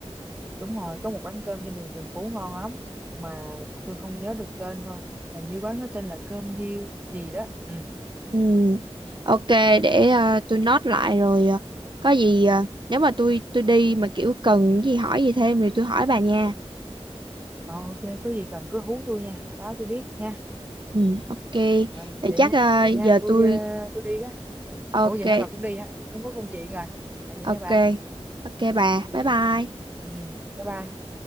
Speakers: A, on the right; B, on the right.
A: đúng rồi có một quán cơm trên đường Trần Phú ngon lắm mà tôi không nhớ được tên thôi hình như quán nó tên là cơm điêu gì đó ừ
B: Ừ, ok để ờ, tôi note lại rồi ờ, có gì ờ, nếu mà tôi tôi đi mà kiểu cần cái gì hỏi gì thêm thì tôi hỏi bà nha.
A: Ờ, ok có gì cần cứ hú tôi nha báo tôi biết nha
B: Ừ, ok.
A: rồi
B: Thì
A: vậy
B: chắc
A: nha
B: ờ,
A: vậy nha
B: giờ
A: tôi
B: tôi
A: ờ, tôi đi á
B: ok
A: ủa vậy hả bà cũng đi hả tôi cũng có công chuyện rồi à, vậy nha
B: ok
A: bà
B: ok bà. Bye
A: ừ
B: bye.
A: ừ bye bye